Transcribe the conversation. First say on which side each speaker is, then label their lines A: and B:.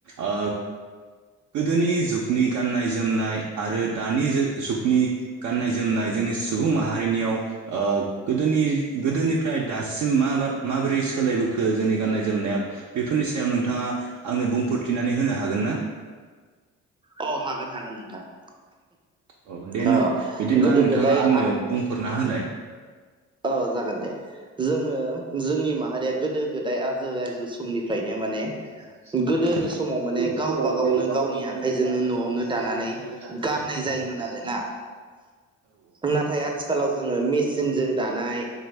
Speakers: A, on the right; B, on the right.
A: ओ गोदोनि जुगनि गाननाय जोमनाय आरो दानि जुगनि गाननाय जोमनाय जोंनि सुबुं माहारिनियाव ओ गोदोनि गोदोनिफ्राय दासिम मा माबोरै सोलायबोखो जोंनि गाननाय जोमनाया बेफोरनि सायाव नोंथाङा आंनो बुंफोरथिनानै होनो हागोन ना?
B: अ हागोन हागोन नोंथां।
A: औ दे नों
B: अ
A: बिदिब्ला
B: गोदो
A: नोंथाङा
B: गोदाय
A: आंनो बुंहरना होलाय।
B: औ जागोन दे। जोङो जोंनि माहारिया गोदो गोदाय आजो आजो समनिफ्रायनो माने
A: माने
B: गोदोनि
A: गोदोनि
B: समाव माने गावबा
A: समाव माने
B: गावनो
A: गावबा
B: गावनि
A: गावनो
B: आखाइजोंनो
A: गावनि
B: न'आवनो
A: जो
B: दानानै
A: नुनो मोनो दानानै
B: गाननाय जायोमोन
A: गा
B: आरोना
A: <unintelligible>
B: नाथाय आथिखालाव जोङो मेचनजों दानाय